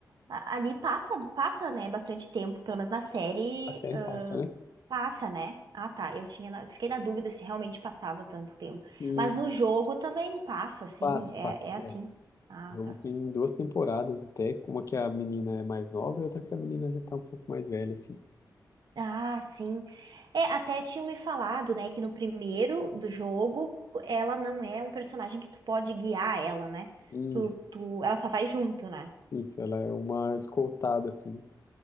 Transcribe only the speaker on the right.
a- ali passa, passa, né, bastante tempo, pelo menos na série,
ah,
passa, né? Ah, tá, eu tinha, na- fiquei na dúvida se realmente passava tanto tempo.
Mas no jogo também passa, assim,
é,
é assim.
Ah,
tá.
Ah, sim. É, até tinham me falado, né, que no primeiro do jogo ela não é um personagem que tu pode guiar ela, né?
Tu, tu, ela só vai junto, né?